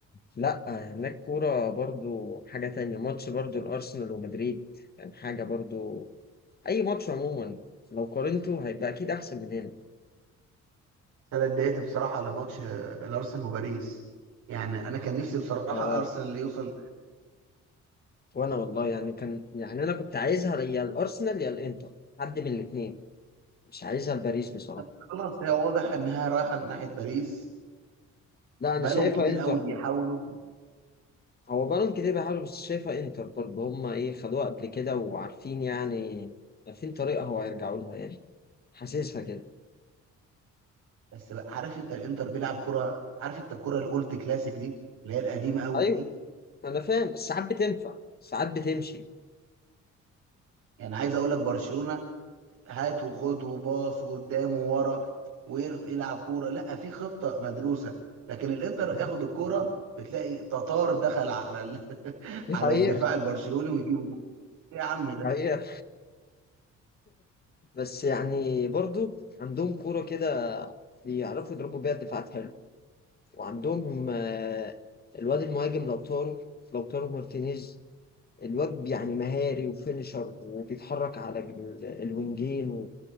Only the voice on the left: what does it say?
لا هناك كورة برضو حاجة تانية ماتش برضو الأرسنال ومدريد يعني حاجة برضو أي ماتش عموما لو قارنته هيبقى أكيد أحسن من هنا
اه
وأنا والله يعني كان يعني أنا كنت عايزها يا الأرسنال يا الإنتر حد من الاتنين مش عايزها لباريس بصراحة
لا
انا شايفها
انتر
هو بقالهم كتير بيحاولوا بس شايفها انتر برضه هم ايه خدوها قبل كده وعارفين يعني عارفين طريقة هو هيرجعوا لها يعني حاسسها كده
ايوه انا فاهم بس ساعات بتنفع ساعات بتمشي
دي
حقيقة
دي
حقيقة بس يعني برضه عندهم كورة كده بيعرفوا يضربوا بيها الدفاعات حلو وعندهم آه، الواد المهاجم لو طاروا لو طاروا مارتينيز الواد يعني مهاري وفينشر وبيتحرك على ال- الوينجين و...